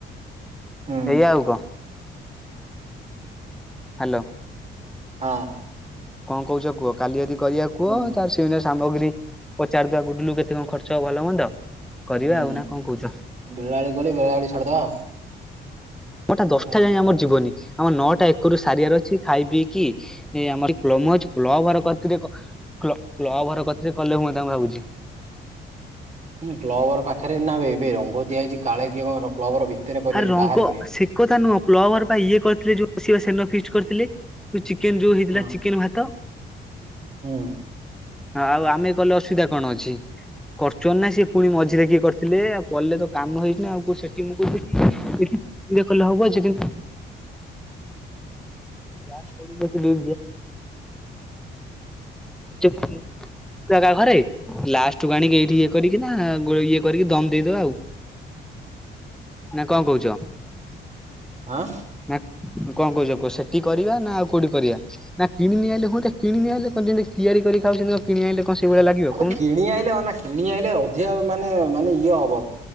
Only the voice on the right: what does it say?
ହୁଁ
ହଁ।
ହୁଁ
ହୁଁ
ବେଳାବେଳି ଗଲେ ବେଳାଳି ସାରିଦବା ଆଉ।
ନଅଟା ସାତଟା
ହୁଁ କ୍ରବର ଘରପାଖରେ ନାବେ ଏବେ ରଙ୍ଗ ଦିଆହେଇଛି କାଳେ କିଏ କଣ ର କବର ଭିତରେ କରିବାନି
ବାହାରେ କରିବା।
ହଁ
ହୁଁ
<inaudible>
ଆଁ।
ଆବେ
କିଣି ଆଣିଲେ ଅନା କିଣି ଆଇିଲେ ଅଧିକ ମାନେ ମାନେ ଇଏ ହବ